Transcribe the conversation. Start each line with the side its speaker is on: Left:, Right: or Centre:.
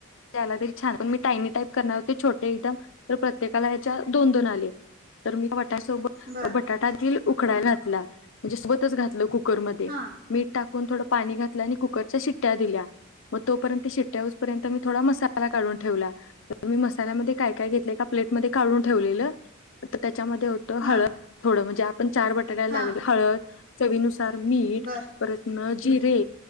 Left: त्याला तरी छ पण मी टाई करणारते छोटे एकदम तर प्रत्येकाला ह्याचे दोन दोन आले तर मी त्यासोबत
Right: बर
Left: बटाटातील उकडाय घातला म्हणजे सोबतच घातलं कुकरमध्ये.
Right: हा
Left: मीठ टाकून थोडं पाणी घातलं आणि कुकरच्या शिट्ट्या दिल्या मग तोपर्यंत शिट्ट्या तेहुसपर्यंत मी थोडा मसाला काढून ठेवला. तर मी मसाल्यामध्ये काय काय घेतले का प्लेटमध्ये काढून ठेवलेलं तर त्याच्यामध्ये होतं
Right: हा
Left: हळद थोडं म्हणजे आपण चार बटाट्याला
Right: हा
Left: लागल हळद चवीनुसार मीठ
Right: बर
Left: परत न
Right: मीठ
Left: जिरे